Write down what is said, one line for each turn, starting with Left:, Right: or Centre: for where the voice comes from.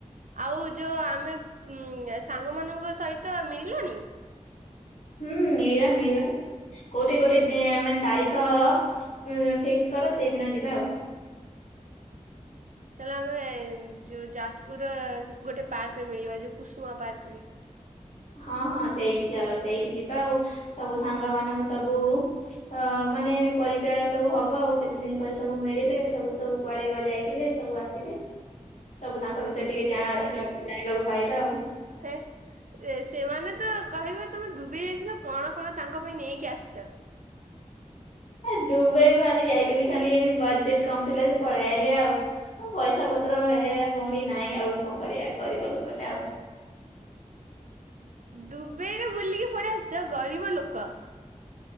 Right: ଆଉ ଯୋଉ ଆମେ ଉମ ସାଙ୍ଗ ମାନଙ୍କ ସହିତ ମିଳିଲଣିି?
Left: ହୁଁ ମିଳିବା ମିଳିବା। କୋଉଠି ଗୋଟେ ଟେଂ ମାନେ ତାରିଖ ଉଁ ଫିକ୍ସ କର ସେଇଦିନ ଯିବା ଆଉ।
Right: ଚାଲ ଆମେ ଯୋଉ ଯାଜପୁରର ଗୋଟେ ପାର୍କରେ ମିଳିବା ଯୋଉ କୁସୁମା ପାର୍କରେ।
Left: ହଁ ହଁ ସେଇଠି ଚାଲ ସେଇଠି ଯିବା ଆଉ ସବୁ ସାଙ୍ଗମାନଙ୍କୁ ସବୁ। ଅ ମାନେ ପରିଚୟ ସବୁ ହବା ଆଉ କେତେଦିନ ପରେ ସବୁ ମିଳିଲେ ସବୁ ସବୁ। କୁଆଡେ ଗ ଯାଇଥିଲେ ସବୁ ଆସିବେ।
Right: ହ
Left: ସବୁ ତାଙ୍କ ବିଷୟରେ ଟିକେ ଜାଣାହବ ଏ ଜଣେ ଜାଣିବାକୁ ପାଇବା ଆଉ।
Right: ହେ ଏ ସେମାନେ ତ କହିବେ। ତମେ ଦୁବେଇ ଯାଇଥିଲ କଣ କଣ ତାଙ୍କ ପାଇଁ ନେଇକି ଆସିଛ?
Left: ଏ ଦୁବାଇ ଖାଲି ଯାଇଥିଲି ଖାଲି ଏ ବଜେଟ କମଥିଲା ଯେ ପଳେଇଆଇଲି ଆଉ। ଆ ପଇସାପତ୍ର ଏ ଭଉଣୀ ନାହିଁ ଆଉ କଣ କରିବା ଗରିବ ଲୋକଟା ଆଉ।
Right: ଦୁବେଇରେ ବୁଲିକି ପଳେଇ ଆସିଛ ଗରିବ ଲୋକ।